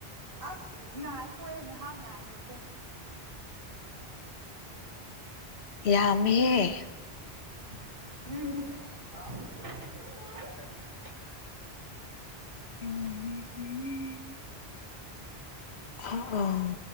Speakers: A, on the right (about 55°); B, on the left (about 80°).
A: ꯑꯁ ꯉꯥꯏꯈꯣꯍꯦ ꯉꯥꯏꯍꯥꯛ ꯉꯥꯏꯒꯁꯦ
B: ꯌꯥꯝꯃꯤꯍ
A: ꯎꯝ
B: ꯎꯝ ꯎꯝ ꯑ ꯑꯥ